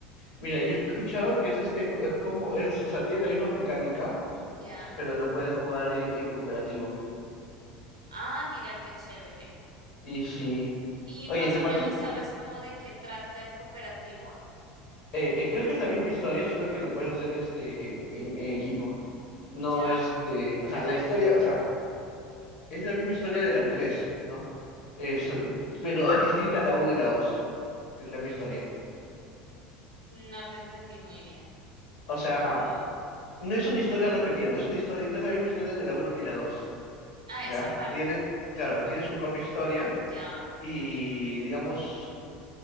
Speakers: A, on the left; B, on the right.
A: Mira, yo he escuchado que es este, co- es como es, o sea, tiene la misma mecánica,
B: Ya.
A: pero lo puedes jugar eh, en, cooperativo.
B: Ah, mira qué chévere.
A: Y sí.
B: ¿Y
A: Oye,
B: más
A: ¿te
B: o
A: parece?
B: menos sabes cómo de qué trata el cooperativo?
A: Eh, eh, creo que es la misma historia, solo que lo puedes hacer este en, en equipo. No
B: Ya.
A: este, o sea, la historia, o sea, es la misma historia de la 3, ¿no? Es, pero es distinta a la uno y la 2, el tema historia.
B: No te entendí muy bien.
A: O sea,
B: Lo como,
A: no es una historia repetida, no es una historia, no es la misma historia de la uno ni la 2.
B: ah,
A: ¿ya?
B: esa parte.
A: Tiene, claro, tiene su propia historia
B: Ya,
A: y, digamos,